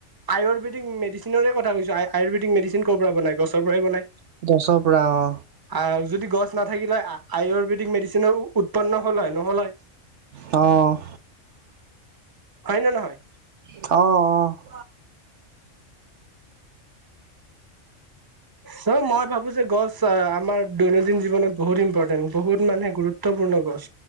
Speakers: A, on the right (about 20°); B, on the right (about 65°).
A: আয়ুৰ্বেদিক মেডিচিনৰে কথা কৈছো, আয়ুৰ্বেদিক মেডিচিন ক'ৰ পৰা বনায়, গছৰ পৰাই বনায়।
B: গছৰ পৰা অ'।
A: আৰ যদি গছ নাথাকিলে আয়ুৰ্বেদিক মেডিচিনৰ উৎপন্ন হল হয়, নহল হয়।
B: অ'।
A: হয় নে নহয়?
B: অ', অ'।
A: চ, মই ভাবো যে, গছ আমাৰ দৈনন্দিন জীৱনত বহুত ইম্পৰ্টেণ্ট, বহুত মানে গুৰুত্বপূৰ্ণ গছ।